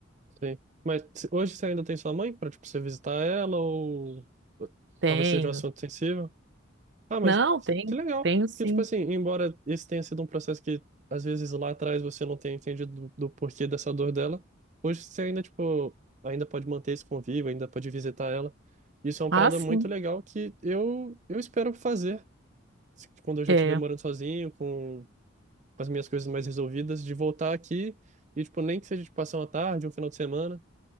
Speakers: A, on the right (about 35°); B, on the right (about 60°).
A: Sim. Mas se- hoje você ainda tem sua mãe para tipo, você visitar ela ou ou
B: Tenho.
A: talvez seja um assunto sensível? Ah, mas
B: Não, tenho.
A: que legal.
B: Tenho sim.
A: Porque, tipo assim, embora esse tenha sido um processo que às vezes lá atrás você não tenha entendido do, do porquê dessa dor dela, hoje você ainda, tipo, ainda pode manter esse convívio, ainda pode visitar ela. Isso é uma
B: Ah,
A: parada
B: sim.
A: muito legal que eu, eu espero fazer se- quando eu já
B: É.
A: estiver morando sozinho, com, com as minhas coisas mais resolvidas, de voltar aqui e, tipo, nem que seja de passar uma tarde, um final de semana